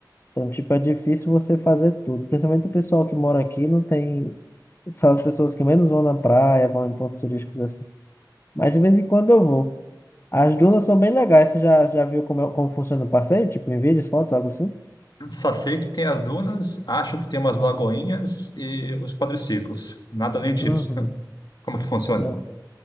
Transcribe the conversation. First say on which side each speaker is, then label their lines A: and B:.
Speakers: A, on the left; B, on the left.
A: Então, tipo, é difícil você fazer tudo. Principalmente o pessoal que mora aqui não tem. São as pessoas que menos vão na praia, vão em pontos turísticos Mas de vez em quando eu vou. As dunas são bem legais. Você já, já viu como, é- como funciona o passeio? Tipo, em vídeos, fotos, algo assim?
B: Só sei que tem as dunas, acho que tem umas lagoinhas e os quadriciclos. Nada além disso.
A: Uhum.
B: <laughs> Como que funciona?
A: Não.